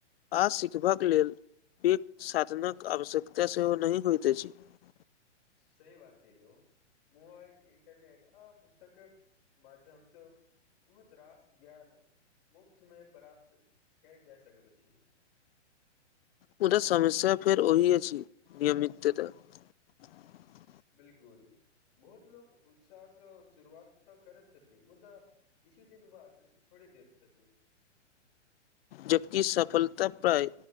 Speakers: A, on the left; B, on the left.
A: आ सिखबाक लेल पैघ साधनक आवश्यकता सेहो नहि होइत अछि। <unintelligible>
B: सही बात केलौ मोबाइल, इंटरनेट। आ पुस्तकक माध्यमसँ बहोत रास ज्ञान मुफ्तमे प्राप्त कयल जा सकैत अछि। <unintelligible>
A: मुदा समस्या फेर ओहि अछि नियमितता। <unintelligible>
B: बिल्कुल बहोत लोक उत्साहसँ शुरुआत तऽ करैत छथि मुदा किछु दिन बाद छोड़ी दैत छथि। <unintelligible>
A: जबकि सफलता प्राय